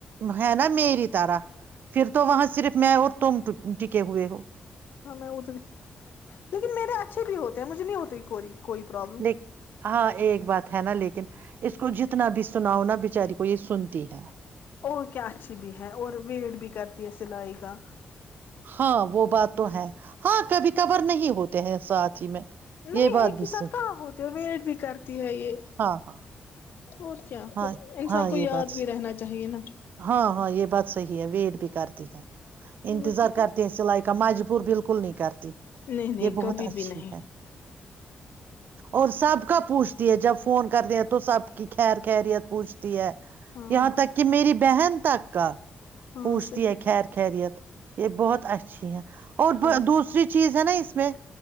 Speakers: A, on the right; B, on the left.
A: ہے نا میری تارہ پھر تو وہاں صرف میں اور تم ٹکے ہوئے ہو
B: ہاں میں اتری لیکن میرے اچھے بھی ہوتے مجھ نہیں ہوتی ہی کووری کوئی پروابلم
A: لیک ہاں ایک ایک بات ہے نا لیکن اس کو جتنا بھی سناؤ نا بچاری کو یہ سنتی ہے
B: اور کیا اچھی بھی ہے اور ویٹ بھی کر سلئے کاا
A: ہاں وہ بات تو ہے ہاں کبھی کبر نہیں ہوتے ہیں ساتھ ہی میں
B: نہیں
A: یہ بات
B: ایک
A: بھی
B: ہی ساتھ
A: صحیح
B: کہاں ہوتے ہیں ویٹ بھی کرتی ہے یہ
A: ہاں ہاں
B: اور کیا
A: ہاں
B: پھر انسان
A: ہاں
B: کو
A: یہ
B: یاد
A: بات
B: بھی رہنا چاہیے نا
A: ہاں ہاں یہ بات صحی ہے ویٹ بھی کرتی ہے انتظار
B: وہی تو
A: کرتے ہیں سلائی کا مجبور بالکل نہیں کرتی
B: نہیں نہیں
A: یہ بہت
B: کبھی
A: اچھی
B: بھی نہیں
A: ہے اور سب کا پوچھتی ہے جب فون کرتے ہیں تو سب کی خیر خیریت پوچھتی ہے
B: ہاں
A: یہاں تک کہ میری بہن تک
B: ہاں
A: پوچھتی
B: صحیح
A: ہے خیر خیریت یہ بہت اچھی ہیں اور
B: ہاں
A: دوسری چیز ہے نا اس میں